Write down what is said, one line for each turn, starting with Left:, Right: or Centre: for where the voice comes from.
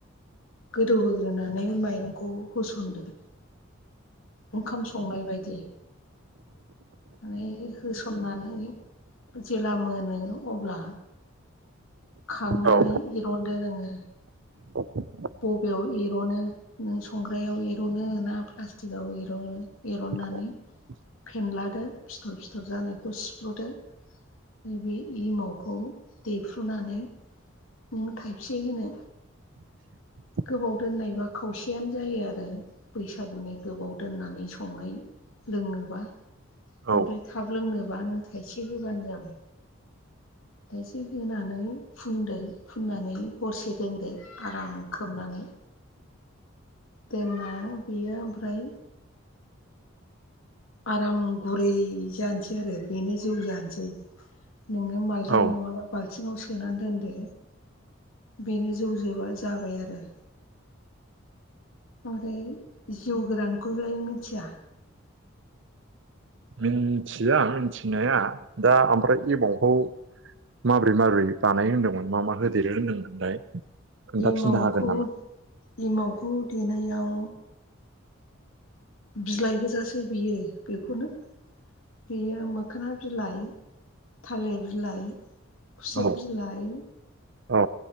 Left: गोदौहोग्रोनानै माइरंखौ होसनदो। ओंखाम संनाय बायदि। माने होसननानै जेब्ला मोनो अब्ला। खांनानै
Right: औ
Left: एरनदो नोङो।
Right: <inaudible>
Left: बबेयाव एर'नो नों संग्रायाव एर'नो ना प्लास्टिकआव एर'नो एर'नानै।
Right: <inaudible>
Left: फेनलादो फिथर फिथर जानायखौ सिफ्रुदो। नैबे एमावखौ देफ्रुनानै। नों थाइबैसे होनो।
Right: <inaudible>
Left: गोबाव दोननायबा खावसेयानो जायो आरो बैसागुनि गोबाव दोननानै संनाय। लोंनोबा
Right: औ
Left: ओमफ्राय थाब लोंनोबा नों थायसे होबानो जाबाय। थायसे होनानै फुनदो। फुननानै हरसे दोनदो आराम खोबनानै। दोनना बेयो ओमफ्राय आराम गुरै जानोसै आरो बेनो जौ जानोसै नोङो मालदां
Right: औ
Left: नङाबा बाल्थिङाव सोना दोनदो बेनो जौ जोबा जाबाय आरो ओमफ्राय जिउ गोरानखौलाय मिथिया
Right: मिनथिया मिनथिनाया दा ओमफ्राय एबावखौ माबोरै माबोरै बानायो होनदोंमोन मा मा होदेरो होनदोंमोनलाय खोन्थाफिननो
Left: एमावखौ
Right: हागोन नामा?
Left: इमावखौ देनायाव बिलाइ गोजासै बियो बेखौनो बेयो मोखोना बिलाइ थालिर बिलाइ खुसेर
Right: औ
Left: बिलाइ
Right: औ